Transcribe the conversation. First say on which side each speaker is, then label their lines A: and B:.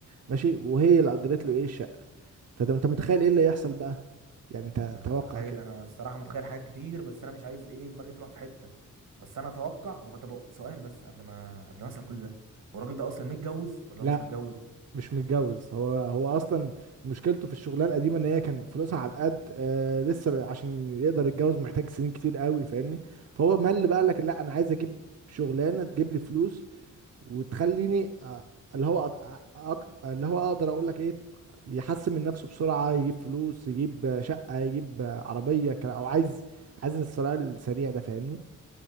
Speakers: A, on the right (about 55°); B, on the right (about 80°).
A: ماشي وهي اللي أجرت له إيه الشقة فأنت أنت متخيل إيه اللي يحصل بقى يعني أنت
B: ده انا
A: توقع
B: متخيل
A: كده
B: انا الصراحه متخيل حاجات كتير بس انا مش عايز ايه دماغي تروح في حته بس انا اتوقع هو طب سؤال بس قبل ما قبل ما اسال كل ده هو الراجل ده اصلا متجوز ولا
A: لا
B: هو مش متجوز
A: مش متجوز هو هو اصلا مشكلته في الشغلانه القديمه ان هي كان فلوسها على القد آه لسه بقى- عشان يقدر يتجوز محتاج سنين كتير قوي فاهمني فهو مل بقى قال لك لا انا عايز اجيب شغلانه تجيب لي فلوس وتخليني أ- اللي هو أط- أ- أك- اللي هو اقدر اقول لك ايه يحسن من نفسه بسرعة يجيب فلوس يجيب شقة يجيب عربية كان- او عايز عايز الثراء السريع ده فاهمني